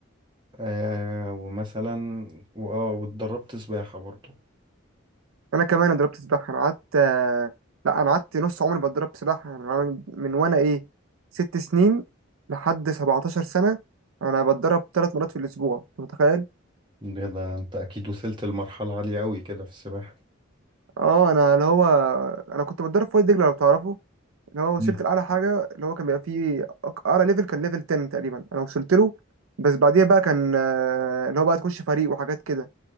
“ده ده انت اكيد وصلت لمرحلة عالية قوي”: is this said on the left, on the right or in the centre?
Right